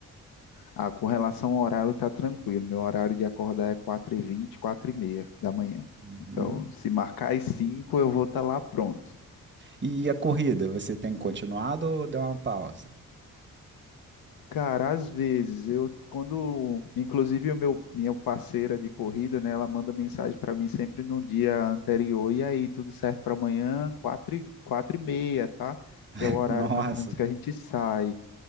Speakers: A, on the left; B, on the right.
A: Ah, com relação ao horário, tá tranquilo. Meu horário de acordar é quatro e vinte quatro e meia da manhã.
B: Uhum.
A: Então, se marcar às 5, eu vou estar lá pronto.
B: E a corrida, você tem continuado ou deu uma pausa?
A: Cara, às vezes eu quando, inclusive o meu minha parceira de corrida, né, ela manda mensagem para mim sempre no dia anterior. E aí, tudo certo para amanhã, 4 e 4 e meia, tá?
B: <laughs>
A: Que é o horário
B: Nossa,
A: mais ou menos que a gente sai.